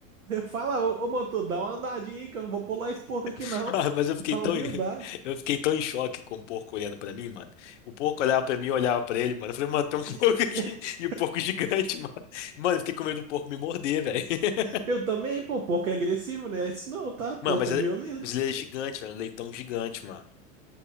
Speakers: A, on the right (about 80°); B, on the left (about 60°).
A: Eu falo, ô, ô motor, dá uma andadinha aí que eu não vou pular esse porco aqui, não.
B: <laughs> Ah, Mas eu
A: <laughs>
B: fiquei
A: Na
B: tão,
A: humildade.
B: em- <laughs> eu fiquei tão em choque com o porco olhando pra mim, mano. O porco olhava pra mim, eu olhava pra ele, mano. Eu falei, mano, tem um porco
A: E-
B: aqui. <laughs>
A: <laughs>
B: E o porco gigante, mano. Mano, eu fiquei com medo do porco me morder, velho. <laughs>
A: eu também, pô, porco é agressivo, né? Isso não, tá? Porco
B: Mano, mas
A: é
B: ele,
A: violento.
B: mas ele é gigante, velho. Um leitão gigante, mano.